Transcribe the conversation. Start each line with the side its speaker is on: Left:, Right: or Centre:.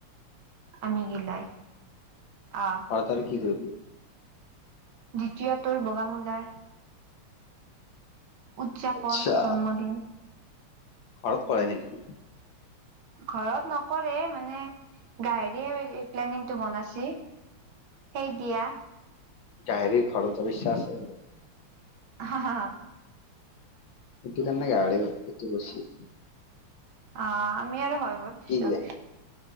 Right: আমি গিলাই। অ'।
Left: তাত আৰু কি কৰিব?
Right: দ্বিতীয়টোৰ বগামুলাৰ। উদযাপন
Left: আচ্ছা,
Right: জন্মদিন
Left: ঘৰত কৰে নেকি?
Right: ঘৰত নকৰে মানে, <inaudible> প্লেনিংটো বনাইছে। সেই দিয়া।
Left: গাহেৰিৰ ঘৰত যাব ইচ্ছা আছে আৰু।
Right: <inaudible>
Left: সেইটো কাৰননে গা়হৰি এটো কৰ্চি।
Right: আহ, আমি আৰু হয়- ভয় দিছোঁ।
Left: কি দিয়া